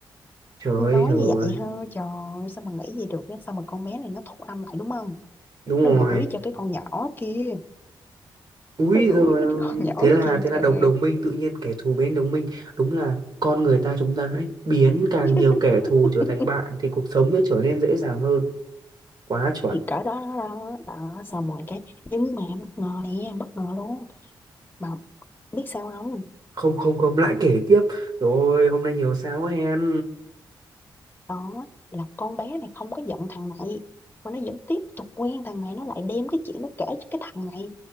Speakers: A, on the right; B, on the left.
A: trời
B: nói
A: ơi trời
B: như vậy ha trời ơi, sao mà nghĩ gì được á? sao mà con bé này nó thu âm lại đúng không
A: đúng rồi
B: nó gửi cho cái con nhỏ kia
A: úi
B: nó gửi
A: rồi
B: cho
A: ôi.
B: cái con <laughs> nhỏ
A: thế là
B: kia
A: thế là
B: trời
A: đồng đồng minh tự nhiên kẻ thù biến đồng minh đúng là con người ta chúng ta hãy biến càng
B: <laughs>
A: nhiều kẻ thù trở thành bạn thì cuộc sống sẽ trở nên dễ dàng hơn quá chuẩn
B: thì cỡ đó đó đó, đó xong rồi cái nhưng mà em bất ngờ nè em bất ngờ luôn mà biết sao không
A: không không không lại kể tiếp rồi hôm nay nhiều sao quá hen
B: đó là con bé này không có giận thằng này mà nó vẫn tiếp tục quen thằng này nó lại đem cái chuyện nó kể cho cái thằng này